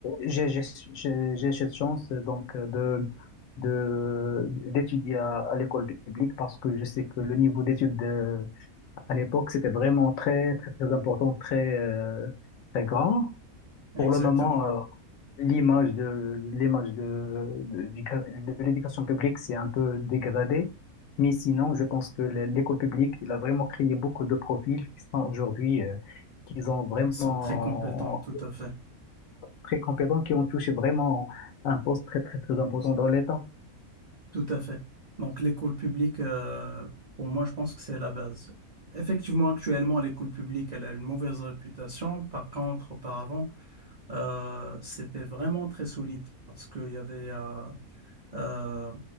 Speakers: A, on the left; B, on the right.
A: j'ai j'ai j'ai j'ai cette chance euh, donc euh, de de d'étudier à, à l'école publique parce que je sais que le niveau d'études euh, à l'époque c'était vraiment très très très important, très euh, très grand.
B: exactement.
A: Pour le moment, euh, l'image de l'image de, de, du- de l'éducation publique s'est un peu dégradée. Mais sinon, je pense que le- l'école publique, il a vraiment créé beaucoup de profils qui sont aujourd'hui, euh, qui sont vraiment
B: Ils sont très compétents, tout à fait.
A: très compétents, qui ont touché vraiment un poste très, très, très important dans l'État.
B: Tout à fait. Donc l'école publique, euh, pour moi, je pense que c'est la base. Effectivement, actuellement, l'école publique, elle a une mauvaise réputation. Par contre, auparavant, euh, c'était vraiment très solide parce qu'il y avait, euh, euh,